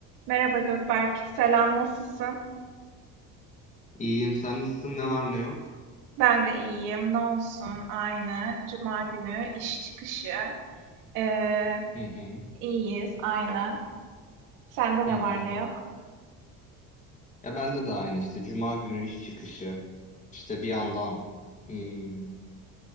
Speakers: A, on the right (about 75°); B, on the left (about 25°).
A: Merhaba Gökberk, selam nasılsın?
B: İyiyim. Sen nasılsın? Ne var ne yok?
A: Ben de iyiyim, ne olsun aynı. Cuma günü iş çıkışı, ee,
B: Hı hı.
A: iyiyiz aynı. Sende
B: Hı
A: ne
B: hı.
A: var ne yok?
B: Ya bende de aynı işte. Cuma günü iş çıkışı. İşte bir yandan hmm,